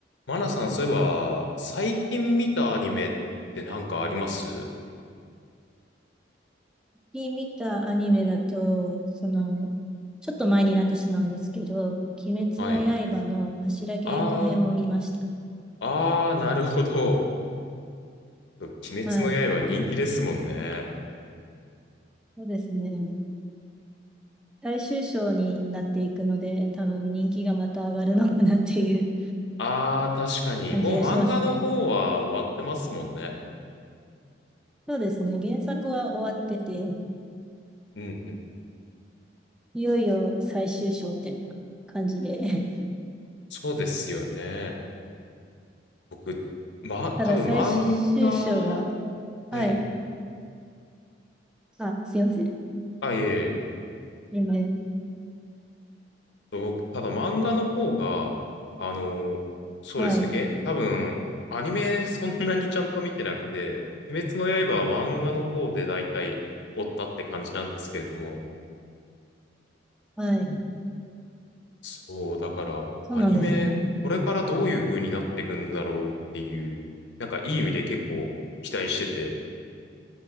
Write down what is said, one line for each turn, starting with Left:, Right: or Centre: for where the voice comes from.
Left: マナさん、そういえば、最近見たアニメってなんかあります
Centre: 近見たアニメだと、その、ちょっと前になってしまうんですけど、鬼滅の刃の柱稽古編を見ました。
Left: はい。あー、あー、なるほど。鬼滅の刃人気ですもんね。
Centre: はい。そうですね。大衆賞になっていくので、多分人気がまた上がるのかなっていう
Left: あー、確かに。
Centre: 感じがしますね。
Left: もう漫画の方は終わってますもんね。
Centre: そうですね。原作は終わってて、
Left: うんうん。
Centre: いよいよ最終章みたいな感じで。
Left: そうですよね。僕、ま、
Centre: <laughs> ただ最終章が、
Left: 多分漫画、はい。
Centre: はい。あ、すいません。
Left: あ、いえいえ
Centre: 全然。
Left: 僕、ただ漫画の方が、あの、そうですね、
Centre: はい。
Left: げ、多分、アニメそんなにちゃんと見てなくて、鬼滅の刃は漫画の方で大体追ったって感じなんですけれども、
Centre: はい。
Left: そう、だから、
Centre: そうなんですね。
Left: アニメ、これからどういう風になっていくんだろうっていう、なんかいい意味で結構期待してて、